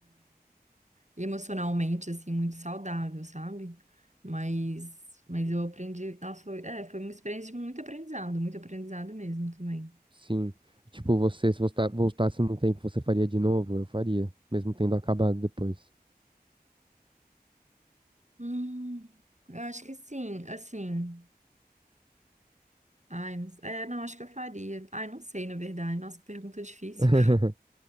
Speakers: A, on the right; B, on the right.
A: emocionalmente, assim, muito saudável, sabe? Mas, mas eu aprendi, nossa, foi, é, foi uma experiência de muito aprendizado, muito aprendizado mesmo também.
B: Sim. Tipo, você, se você tá- voltasse no tempo, você faria de novo? Eu faria, mesmo tendo acabado depois.
A: Hum, eu acho que sim, assim, ai, não, é, não, acho que eu faria, ai, não sei, na verdade, nossa, que pergunta difícil.
B: <laughs>